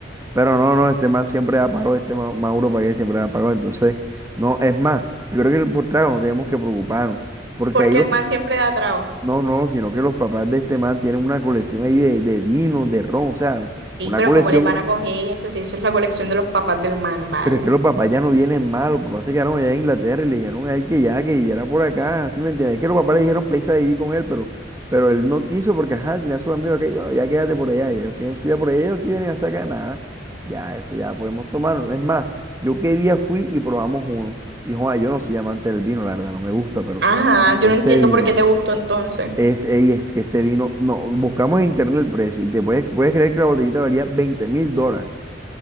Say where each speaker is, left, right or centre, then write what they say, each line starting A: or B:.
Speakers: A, on the right; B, on the right.
A: Pero no, no, este man siempre da pago, este Ma- Mauro Pagué siempre da pago. Entonces, no, es más, yo creo que por trago no tenemos que preocuparnos. Porque
B: Porque
A: ahí los,
B: el man
A: pa-
B: siempre da trago.
A: no, no, sino que los papás de este man tienen una colección ahí de, de vino, de ron, o sea,
B: Y
A: una
B: pero
A: colección.
B: ¿cómo les van a coger eso? Si eso es la colección de los papás del man, vale.
A: Pero es que los papás ya no vienen mal, los papás se quedaron allá en Inglaterra y le dijeron a él que ya, que viviera por acá, ¿sí me entiendes? Es que los papás le dijeron para irse a vivir con él, pero, pero él no quiso porque, ajá, tenía a sus amigos acá y bueno, ya quédate por allá, ya ellos tienen su vida por allá, ellos aquí vienen a sacar nada, ya, eso ya podemos tomarlo. Es más, yo qué día fui y probamos uno, y Juan, yo no soy amante del vino, la verdad, no me gusta, pero
B: Ajá,
A: ese
B: yo no entiendo
A: vino,
B: por qué te gustó entonces.
A: es, ey, es que ese vino, no, buscamos en internet el precio y te puedes, puedes creer que la botellita valía veinte mil dólares.